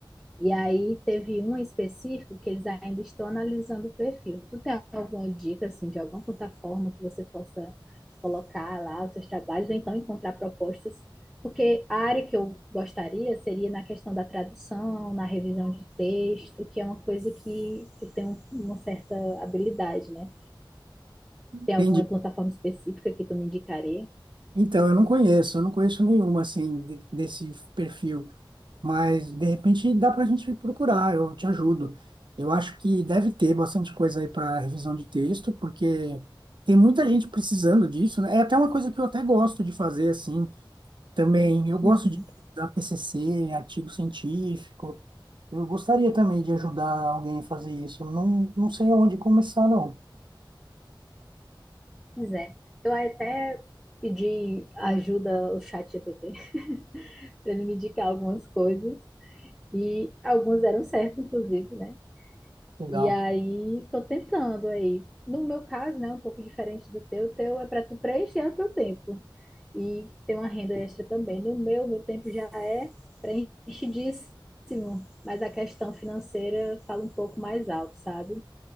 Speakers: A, in the centre; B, on the right.
A: E aí teve um específico que eles ainda estão analisando o perfil. Tu tem alguma dica, assim, de alguma plataforma que você possa colocar lá os seus trabalhos, ou então encontrar propostas? Porque a área que eu gostaria seria na questão da tradução, na revisão de texto, que é uma coisa que eu tenho uma certa habilidade, né?
B: Entendi.
A: Tem alguma plataforma específica que tu me indicaria?
B: Então, eu não conheço, eu não conheço nenhuma, assim, de- desse perfil. Mas, de repente, dá para a gente procurar, eu te ajudo. Eu acho que deve ter bastante coisa aí para revisão de texto, porque tem muita gente precisando disso, né? É até uma coisa que eu até gosto de fazer, assim, também. Eu gosto
A: Uhum.
B: de dar TCC, artigo científico. Eu gostaria também de ajudar alguém a fazer isso. Não, não sei aonde começar, não.
A: Pois é. Eu até pedi ajuda ao chat GPT <laughs> para ele me indicar algumas coisas e algumas deram certo, inclusive, né?
B: Legal.
A: E aí tô tentando aí. No meu caso, né, um pouco diferente do teu, o teu é para tu preencher o teu tempo e ter uma renda extra também. No meu, meu tempo já é preenchidíssimo, mas a questão financeira fala um pouco mais alto, sabe?